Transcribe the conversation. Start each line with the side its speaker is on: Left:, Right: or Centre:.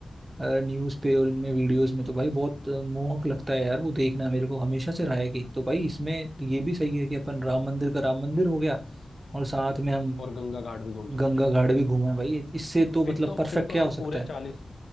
Right: न्यूज़ पे और इनमें वीडियोस में तो भाई बहुत अ, मोहक लगता है यार वो देखना मेरे को हमेशा से रहा है कि तो भाई इसमें ये भी सही है कि अपन राम मंदिर का राम मंदिर हो गया और साथ में हम
Left: और गंगा घाट भी घूम सकते
Right: गंगा
Left: हैं
Right: घाट भी घूमे भाई इससे तो
Left: फिर
Right: मतलब
Left: तो
Right: परफेक्ट
Left: फिर तो
Right: क्या
Left: हम
Right: हो सकता
Left: पूरे
Right: है
Left: चालीस